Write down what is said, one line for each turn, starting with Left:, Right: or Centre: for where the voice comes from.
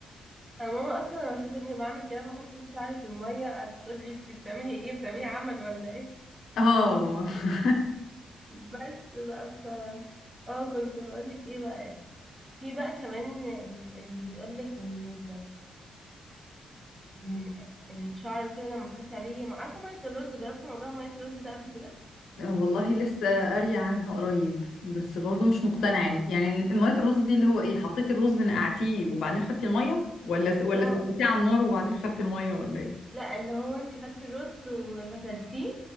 Right: أنا ماما اصلا لما شافتني بعمل كده بحط شعري في الميه هتقولي انت بتعملي ايه بتعملي عمل ولا ايه
Left: اه <laughs>
Right: بس بقى ف اه كنت بقولك ايه بقى في بقى كمان ال- اللي بيقولك ان ال... إن الشعر وكده لما تحطي عليه ما عارفه ميه الرز جربتي موضوع ميه الرز ده قبل كده
Left: آه، والله لسه قارية عنها قريب بس برضو مش مقتنعة يعني يعني مية الرز دي اللي هو ايه حطيتي الرز نقعتيه وبعدين خدتي المية ولا س... ولا
Right: اه
Left: سويتيه على النار وبعدين خدتي المية ولا ايه
Right: لا اللي هو انت خدتي الرز وغسلتيه